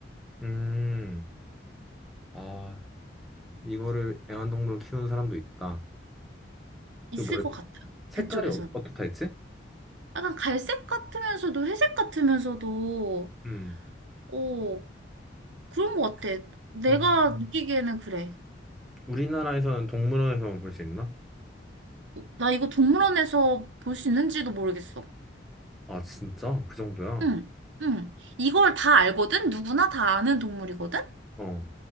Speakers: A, in the centre; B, on the right.
A: 음, 아, 이거를 애완동물로 키우는 사람도 있다.
B: 있을
A: 이거 뭐라,
B: 것
A: 했-
B: 같아.
A: 색깔이
B: 그쪽에서는.
A: 어, 어떻다 했지?
B: 약간 갈색 같으면서도 회색 같으면서도
A: 음,
B: 어 그런 거 같아. 내가
A: 음.
B: 느끼기에는 그래.
A: 우리나라에서는 동물원에서만 볼 수 있나?
B: 나 이거 동물원에서 볼 수 있는지도 모르겠어.
A: 아, 진짜? 그 정도야?
B: 응, 응. 이걸 다 알거든? 누구나 다 아는 동물이거든?
A: 어.